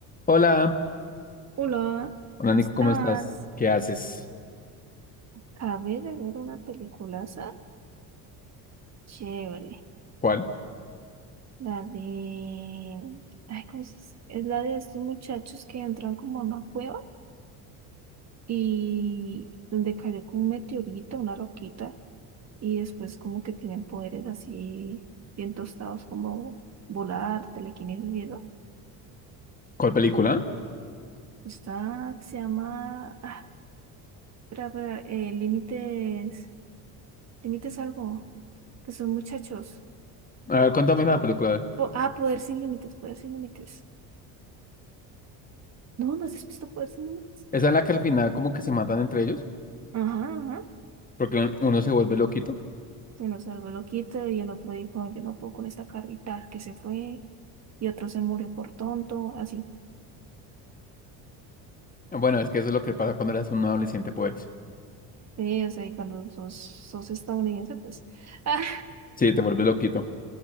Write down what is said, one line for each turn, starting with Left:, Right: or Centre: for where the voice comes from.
Left: Hola,
Right: Hola,
Left: hola
Right: ¿cómo
Left: Nico,
Right: ¿estás?
Left: ¿cómo estás? ¿Qué haces?
Right: Acabé de ver una peliculaza chévere.
Left: ¿Cuál?
Right: La de. Ay, ¿cómo se s- Es la de estos muchachos que entran como a una cueva y donde cayó como un meteorito, una roquita, y después como que tienen poderes así bien tostados como volar, telequinesis y eso.
Left: ¿Cuál película?
Right: Está, se llama. Ah, espera, espera, eh, límites. Límites algo. Que son muchachos.
Left: A ver, cuéntame la película.
Right: Po- ah, Poder sin límites, Poder sin límites. No, ¿no has visto Poder sin límites?
Left: ¿Esa es la que al final como que se matan entre ellos?
Right: Ajá, ajá.
Left: Porque un- uno se vuelve loquito.
Right: Se nos salvó el loquito y el otro dijo, yo no puedo con esta carrita que se fue. Y otro se murió por tonto, así.
Left: Bueno, es que eso es lo que pasa cuando eres un adolescente, pues.
Right: Sí, o sea, y cuando sos, sos estadounidense, pues, <laughs> ah,
Left: Sí, te vuelves loquito.